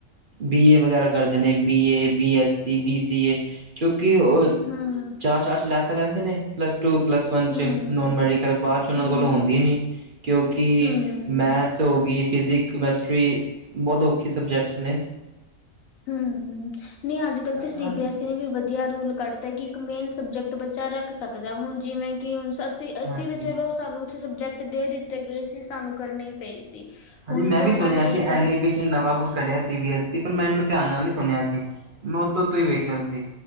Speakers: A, on the right (about 50°); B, on the left (about 80°).
A: ਬੀ ਏ ਵਗੈਰਾ ਕਰਦੇ ਨੇ B A B S C B C A ਕਿਉਂਕਿ ਉਹ
B: ਹੂੰ
A: ਚਾਅ ਚਾਅ ਚ ਲੈ ਤਾਂ ਲੈਹੈੰਦੇ ਨੇ ਪਲੱਸ ਟੂ ਪਲੱਸ ਵਨ
B: ਹੂੰ,
A: ਚ ਨੋਨ ਮੈਡੀਕਲ ਬਾਅਦ ਚ ਉਹਨਾਂ
B: ਹੂੰ,
A: ਦੇ ਕੋਲੋਂ ਹੁੰਦੀ ਨੀ ਕਿਉਂਕਿ।
B: ਹੂੰ,
A: ਹੋ ਗਈ ਫਿਸਕ ਕਮੈਸ਼ਟਰੀ ਬਹੋਤ ਔਖੇ ਸਬਜੈਕਟਸ ਨੇ।
B: ਹਮ। ਨਹੀਂ ਅੱਜ ਕੱਲ੍ਹ ਤੇ ਸੀਬੀਐੱਸਈ
A: ਹਾਂਜੀ
B: ਨੇ ਵੀ ਵਧੀਆ ਰੂਲ। ਕੱਢਤਾ ਕਿ ਇੱਕ ਮੇਨ ਸਬਜੈਕਟ ਬੱਚਾ ਰੱਖ ਸਕਦੈ ਹੁਨ ਜਿਵੇਂ ਕਿ ਹੁਨ ਅੱਸੀ ਅੱਸੀ
A: ਹਾਂਜੀ
B: ਤੇ ਚਲੋ ਸਾਨੂੰ ਛ ਸਬਜੈਕਟ ਦੇ ਦਿੱਤੇ ਗਏ ਸੀ ਸਾਨੂੰ ਕਰਨੇ ਹੀ ਪਏ ਸੀ।
A: ਹਾਂਜੀ
B: ਹੁਣ
A: ਮੈਂ
B: ਤੇ
A: ਵੀ
B: ਉਹਨਾਂ
A: ਸੁਨਿਆ
B: ਨੇ
A: ਸੀ
B: ਇਹ
A: ਐਨ
B: ਕੱਢ
A: ਈ ਪੀ ਚ ਨਵਾਂ ਕੁਛ। ਕਢਿਆ ਸੀ ਬੀ ਐ ਸੀ ਪਰ ਮੈਂ ਇਹਨੂੰ ਧਿਆਨ ਨਾਲ ਹੀ ਸੁਨਿਆ ਸੀ ਮੈਂ ਉਤੋਂ ਉਤੋਂ ਹੀ ਵੇਖਿਆ ਸੀ।